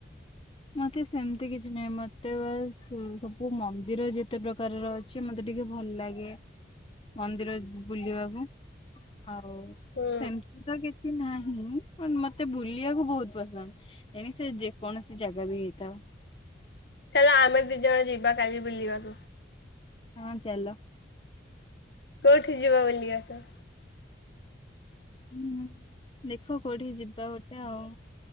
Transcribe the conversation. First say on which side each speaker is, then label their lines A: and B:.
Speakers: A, on the left; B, on the left.
A: ମତେ ସେମିତି କିଛି ନହିଁ ମତେ ଏତେ ବା ସବୁ ମନ୍ଦିର ଯେତେ ପ୍ରକାରର ଅଛି ମତେ ଟିକେ ଭଲ ଲାଗେ ମନ୍ଦିର ବୁଲିବାକୁ ଆଉ
B: ହୁଁ
A: ସେମିତି ତ କିଛି ନାହିଁ ହୁଁ ମତେ ବୁଲିବାକୁ ବହୁତ ପସନ୍ଦ ଏଣ ସେ ଯେକୌଣସି ଜାଗା ଜାଗା ବି ହେଇଥା
B: ହେ ଆମେ ଦି ଜଣ ଯିବା କାଲି ବୁଲିବାକୁ <inaudible>
A: ହଁ ଚାଲ
B: କୋଉଠି ଯିବା ବଆ <inaudible>
A: ହୁଁ। ଦେଖ କୋଉଠି ଯିବା ଗୋଏ ଆଉ